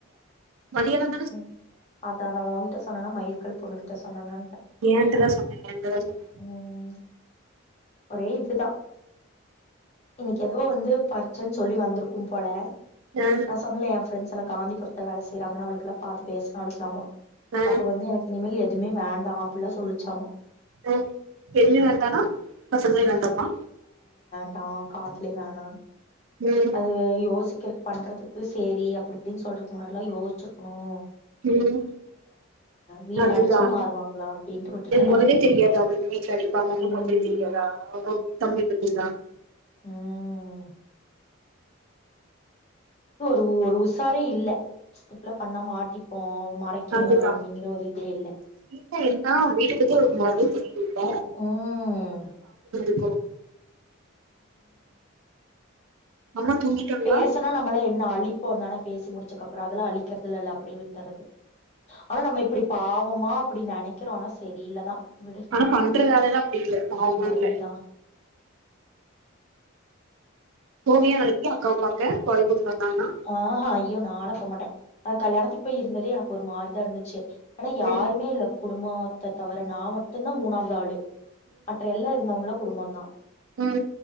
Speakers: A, on the right; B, on the left.
A: மதியான
B: உம் அததா ஓங்கி சொன்னனா மைல்கள் பொண்ணுட்ட சொன்னனா
A: ஏன்ட்டதா சொன்ன ஏன்ட்டதா சொன்ன
B: ம் ஒரே இதுதா இன்னிக்கு எதோ வந்து பறிச்சன்னு சொல்லி வந்திருக்கு போல
A: சொன்னே ஆ
B: நா சொன்னலே யே ப்ரெண்டஸ் காந்திபுரத்துல வேல செய்றாங்கா அவளுக்கு எல்லா பார்த்து பேச நாலுகலாமா
A: ஆ
B: அப்ப வந்து எனக்கு இனிமேல் எதுவுமே வேண்டா அப்படிலா சொல்லிச்சாமா
A: ஆ எதுவுமே வேண்டானா நா பசங்களே வேண்டமா
B: ஆ காதலே வேணா
A: ம்
B: அது யோசி க்கு பண்றதுக்கு சரி அப்படி இப்படின்னு சொல்றதுக்கு முன்னாடில்லா யோசிச்சிரு க்கணும்
A: உம்
B: வீட்ல
A: அதுதான்
B: அடிச்சா மாறுவாங்களா அப்டின்ட்டு விட்டுட்டே நானு
A: முதலே தெரியாதா அவளுக்கு வீட்ல அடிப்பாங்கன்னு
B: ம்
A: முதலே தெரியாதா அவ தம்பிய பத் இதா
B: ம் இது ஒரு ஒரு உசாரே இல்ல இப்புல்லா பண்ணா மாட்டிப்போம் மறைக்கணும்
A: அதுதா
B: அப்படிங்கிற ஒரு இதே இல்ல
A: இல்ல எல்லா வீட்ட பத்தி அவளுக்கு மொதலே தெரியும்ல
B: உம்
A: கணு அம்மா தூங்கிட்டாங்களா
B: பேசனா நம்மள என்ன அழி இப்போ என்னான பேசி முடிச்சதுக்கு அப்புறம் அதுலா அழிக்கிறதுல இல்ல அப்படியே விட் து ஆனா நம்ம இப்படி பாவமா அப்படி நினைக்கிரோனா சரியில்லதா விடு
A: ஆனா பண்ற வேலைலா அப்படி இல்ல பாவமா இல்ல
B: அதுதா
A: போவியா நாளைக்கு அக்காவ பாக்க கோயம்புத்தூர் வந்தாங்கன்னா
B: ஆ அ ஐயோ நா லா போமாட்டே அவ கல்யாணத்துக்கு போய் இருந்ததே எனக்கு ஒரு மாரிதா இருந்துச்சு ஆனா யாருமே
A: ம்
B: இல்ல குடும்போ அத்த தவிர நா மட்டும்தா மூணாவது ஆளு மற்ற எல்லா இருந்தாவங்களு குடும்பம் தா
A: உம்